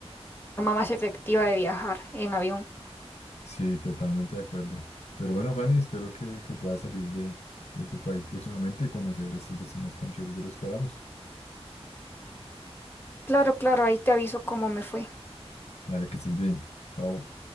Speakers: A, on the left; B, on the left.
A: forma más efectiva de viajar en avión.
B: Sí, totalmente de acuerdo. Pero bueno, Fanny, espero que, que puedas salir de, de tu país próximamente y conocer estos destinos tan chéveres de los que hablamos.
A: Claro, claro, ahí te aviso cómo me fue.
B: Dale, que estés bien. Chao.